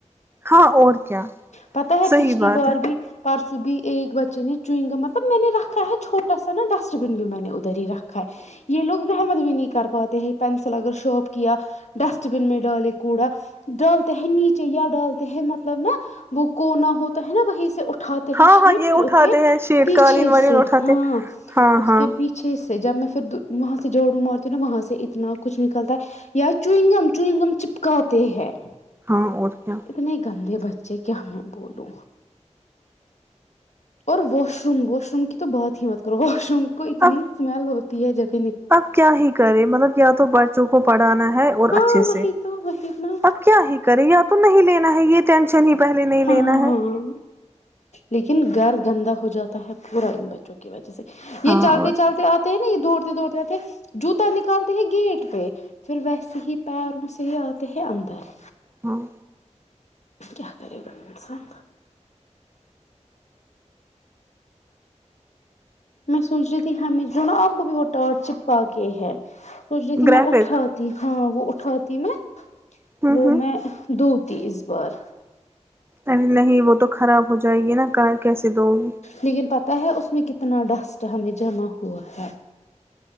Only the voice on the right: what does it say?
ہاں اور کیا
صحیح
بات
ہے
ہاں
ہاں یہ
اٹھاتے
ہیں شیٹ
قالین والین
اٹھاتے
ہاں
ہاں
ہاں اور کیا
اب
اب کیا ہی کرے مطلب یا تو بچوں کو پڑھانا ہے اور
اچھے
سے
اب کیا ہی کرے یا تو نہیں <unintelligible> ہے یہ ٹینشن ہی پہلے نہیں
لینا
ہے
ہاں
اور
کیا
ہاں
گرافک
ہوں
ہوں
ارے نہیں وہ تو خراب ہو جائے گی نا کہ کیسے دو گ